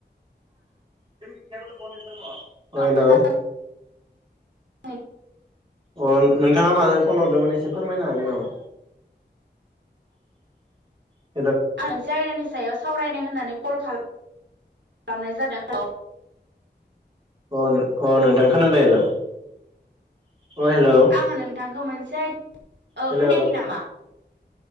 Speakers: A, on the right; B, on the right.
A: <unintelligible>
B: आ
A: हेल' अ
B: <inaudible>
A: अ नोंथाङा मानो फन हरदोंमोन एसे फोरमायनो हागोन नामा ।
B: आं जायगानि सायाव सावरायनो होनां क <inaudible> खालामनाय जा <inaudible>
A: अ अ नोंथां खोनादों हेल अ हेल'
B: आङो नोंथांखौ मोनसे <inaudible> अ
A: हेल'
B: खोनायाखै नामा